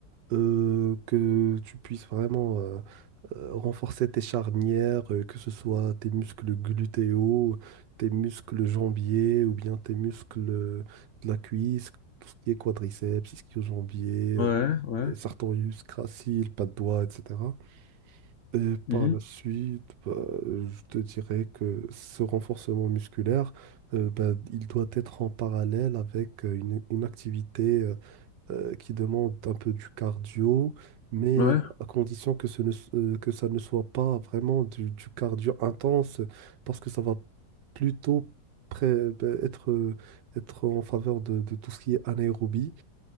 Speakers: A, on the right; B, on the left.
A: euh, que tu puisses vraiment euh, euh, renforcer tes charnières, euh, que ce soit tes muscles glutéaux, tes muscles jambiers ou bien tes muscles euh, de la cuisse, tout ce qui est quadriceps, ischio-jambier, euh,
B: Ouais, ouais.
A: euh, sartorius, gracile, pas de doigts, etc. Et
B: Mhm.
A: par la suite, bah, euh, je te dirais que ce renforcement musculaire, euh, bah, il doit être en parallèle avec euh, une, une activité euh, euh, qui demande un peu du cardio, mais
B: Ouais,
A: à condition que, ce ne s- euh, que ça ne soit pas vraiment du, du cardio intense, parce que ça va plutôt pré- être, être en faveur de, de tout ce qui est anaérobie.